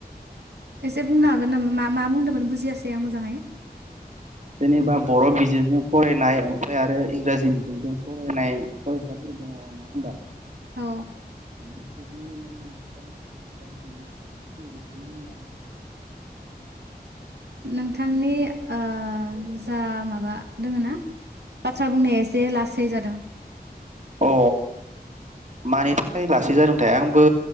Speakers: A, on the right; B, on the right.
A: एसे बुंनो हागोन नामा मा मा बुंदोंमोन बुजियासै आं मोजाङै
B: जेनेबा बर' बिजोंजों फरायनाय ओमफ्राय आरो इंराजि बिजोंजों फरायनाय फरायसाफोर दङ नङा होमबा
A: औ
B: <unintelligible>
A: नोंथांनि ओ जा माबा दोङ ना बाथ्रा बुंनाया एसे लासै जादों
B: अ मानि थाखाय लासै जादोंथाय आंबो